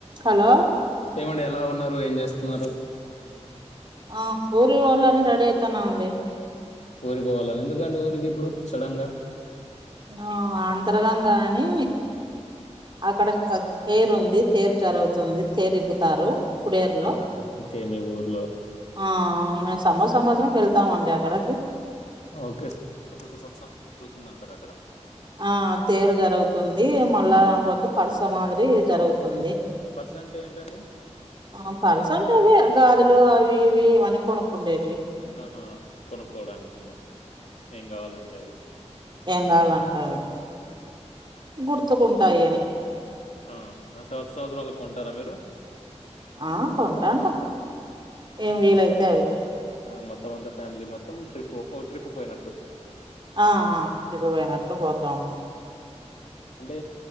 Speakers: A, on the right (about 40°); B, on the left (about 75°).
A: Hello
B: ఏమండి ఎలా ఉన్నారు ఏం చేస్తున్నారు?
A: ఆ హూరికి పోవాలని రెడీ అయితాన్నాం అండి
B: ఊరికిపోవాలని ఎందుకండి ఊరికి ఇప్పుడు సడన్ గా
A: ఆ అంతరగంగ అని అక్కడ తేరు ఉంది తేరు జరువుతుంది తేరుగుతారు పుడు ఇయర్
B: ఆహా.
A: లో
B: ఓకే మీ ఊర్లో
A: ఆ మేము సంవత్స సంవత్సరంకి వెళ్తాం అండి అక్కడకి
B: ఓకే ప్రతి ఒక్క సంవత్సరం జరుగుతుంది అంటారు అక్కడ
A: ఆ తేరు జరుగుతుంది మళ్ళా పొద్దు పరస మాదిరి జరుగు తుంది
B: పర్స్ అంటే ఏంటండి
A: ఆ పరుస అంటె అదె గాజులు అవి ఇవి అన్ని కొనుక్కుండే
B: ఆహా కొనుక్కోవడానికి మనం ఏం కావాలంటే అది
A: ఎం కావాలంటే అవి
B: ఉమ్.
A: గుర్తుకుంటాయి అని
B: ఆ సంవత్స సంవత్సరాళ్ళ కొంటారా మీరు
A: ఆ కొంటాటం ఏం వీలైతే అవి
B: ఆ మొత్తం అంతా ఫ్యామిలీ మొత్తం ట్రిప్ ఒక ట్రిప్ పోయినట్టు
A: ఆ ట్రిప్పపోయినట్లు పోతాము
B: అంటే